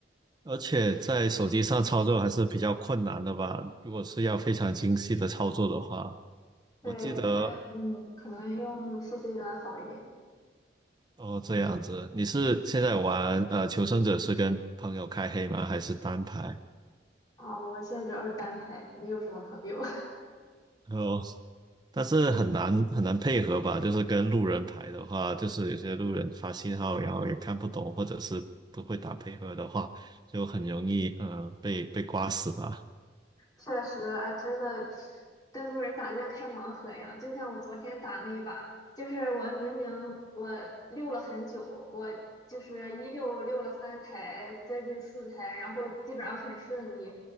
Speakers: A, on the right; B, on the left.
A: 而且在手机上操作还是比较困难的吧？如果是要非常精细的操作的话，
B: 对，
A: 我记得
B: 我觉得嗯，可能用 PC 端好一点
A: 哦，这样子。你是现在玩呃《求生者》是跟朋友开黑吗？还是单排？
B: 啊。我现在主要是单排，没有什么朋友。<laughs>
A: <laughs> 哦，但是很难很难配合吧，就是跟路人排的话，就是有些路人发信号，然后也看不懂，或者是不会打配合的话，就很容易呃被被刮死吧。
B: 确实，哎，真的跟路人打就像开盲盒一样。就像我昨天打那一把，就是我明明我溜了很久，我就是一溜溜了三台，接近四台，然后基本上很顺利。